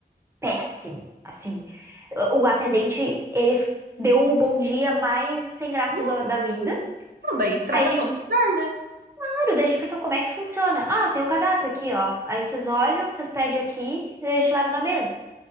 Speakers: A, on the right (about 15°); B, on the right (about 70°).
A: péssimo, assim. O o atendente, ele deu o bom dia mais sem graça
B: Hum.
A: da da vida.
B: Não, daí estraga
A: Aí a gente
B: todo lugar, né?
A: Claro, daí a gente perguntou como é que funciona. Ah, tem o cardápio aqui, ó. Aí vocês olham, vocês pedem aqui, e a gente leva na mesa.